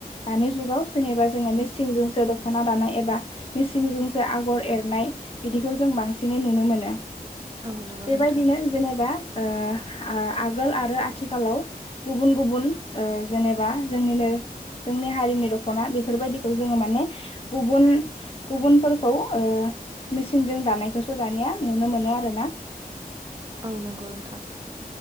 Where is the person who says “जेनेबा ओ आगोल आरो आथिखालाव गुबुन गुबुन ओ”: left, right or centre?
Left